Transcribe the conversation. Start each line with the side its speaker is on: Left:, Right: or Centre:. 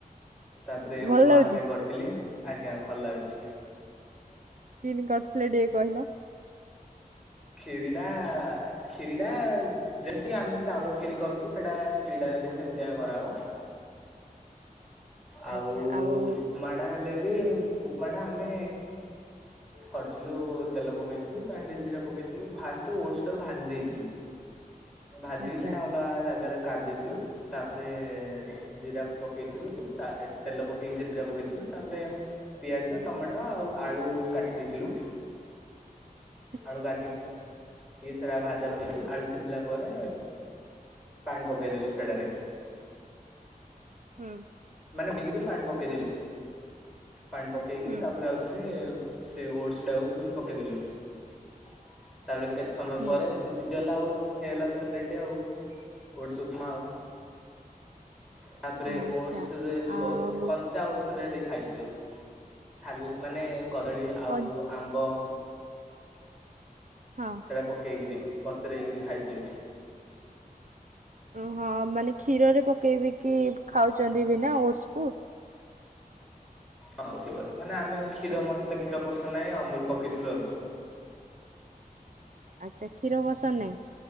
Centre: ତାପରେ
Right: ଭଲ
Centre: ଉପମା
Right: ଲାଗୁଛି
Centre: ହେଲେ କରିଥିଲ ଥିଲି ଆଜ୍ଞା ଭଲ ଲାଗୁଛି।
Right: କିନ୍ତି କରୁଥିଲେ ଟିକେ କହିଲ?
Centre: ଖିରିଟା କ୍ଷୀରିଟା ଯେମିତି ଆମେ ଚାଉଳ କ୍ଷୀରି କରୁଛେ ସେଟା କ୍ଷୀରି ହେଲେ ସେମିତିଆ କରାହେବ।
Right: <inaudible>
Centre: ଆଉ
Right: ଆଚ୍ଛା ଆଉ
Centre: ଉପମାଟା ହେଲେ ବି ହେମ ଉପମାଟା ଆମେ କରିଥିଲୁ ତେଲ ପକେଇଥିଲୁ ତାହିଁରେ ଜିରା ପକେଇଥିଲୁ। ହେଲେ ଫାଷ୍ଟ ଓଟସ ଗୁଡାକୁ ଭାଜି ଦେଇଥିଲୁ ଭାଜିକି
Right: ଆଚ୍ଛା
Centre: ସେଇଟା ଅଲଗା ଜାଗାରେ କାଢି ଦେଇଥିଲୁ ତାପରେ ଜିରା ପକେଇଥିଲୁ ତା ତେଲ ପକେଇ ଜିରା ପକେଇଥିଲୁ ତାପରେ ପିଆଜ ଟମାଟୋ ଆଉ ଆଳୁ କାଟି ଦେଇଥିଲୁ
Right: <inaudible>
Centre: ଆଳୁ କାଟିି କି ସେଟା ଭାଜା ଭାଜି ଆଳୁ ସିଝିଲା ପରେ ପାଣି ପକେଇଦେଲୁ ସେଟାରେ
Right: ହୁଁ
Centre: ମାନେ ଦେଇକରି ପାଣି ପକେଇଦେଲୁ ପାଣି ପକେଇକିରି
Right: ହୁଁ
Centre: ତାପରେ ଆଉ ଥିରେ ସେ ଓଟସ ଗୁଡ଼ାକୁ ବି ପକେଇଦେଲୁ। ତାପରେ କେତେ ସମୟ
Right: ହୁଁ
Centre: ପରେ ସିଝି ହେଇଗଲା ଓଟସ୍ ହେଇଗଲା ତ ରେଡି ଆଉ ଓଟସ ଉପମା ଆଉ। ତାପରେ
Right: ଆଚ୍ଛା
Centre: ଓଟସରେ ଯୋଉ
Right: ଆଉ
Centre: କନ୍ ଚା ଓଟସରେ ହେଲେ ଖାଇଥିଲୁ ସାଲ୍ ମାନେ କଦଳୀ ଆଉ
Right: କଞ୍ଚ
Centre: ଆମ୍ବ
Right: ହଁ।
Centre: ସେରା ପକେଇକିରି ବତୁରେଇକିରି ଖାଇଥିଲୁ
Right: ଉଁ ହଁ ମାନେ କ୍ଷୀରରେ ପକେଇବି କି ଖାଉଛନ୍ତି ବି ନା ଓଟସ କୁ।
Centre: ହଁ ମାନେ ଆମେ କ୍ଷୀର ମତେ ତ କ୍ଷୀର ପସନ୍ଦ ନାହିଁ ଅମୁଲ ପକେଇଥିଲୁ ଆଉ।
Right: ଆଚ୍ଛା କ୍ଷୀର ପସନ୍ଦ ନାହିଁ?